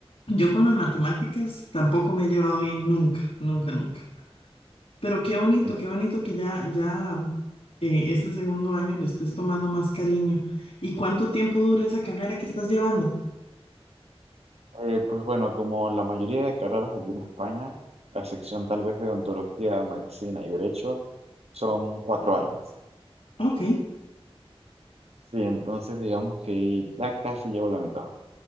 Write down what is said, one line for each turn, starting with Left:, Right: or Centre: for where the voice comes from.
Left: yo con las matemáticas tampoco me he llevado bien nunca, nunca, nunca. Pero qué bonito,
Right: Mm.
Left: qué bonito que ya, ya eh, este segundo año le estés tomando más cariño. ¿Y cuánto tiempo dura esa carrera que estás llevando?
Right: Eh, pues bueno, como la mayoría de carreras aquí en España, la excepción tal vez de odontología, medicina y derecho, son cuatro años.
Left: Ok.
Right: Sí, entonces digamos que ya casi llevo la mitad.